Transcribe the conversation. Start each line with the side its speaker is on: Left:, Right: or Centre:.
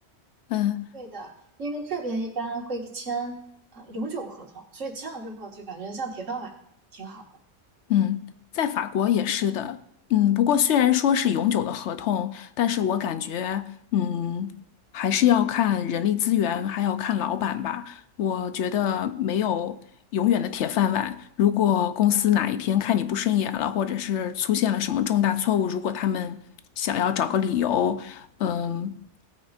Left: 嗯，
Right: 对的，因为这边一般会签呃永久合同，所以签了之后就感觉像铁饭碗，挺好的。
Left: 嗯，在法国也是的。嗯，不过虽然说是永久的合同，但是我感觉，嗯，还是要看人力资源，还要看老板吧。我觉得没有永远的铁饭碗。如果公司哪一天看你不顺眼了，或者是出现了什么重大错误，如果他们想要找个理由，嗯，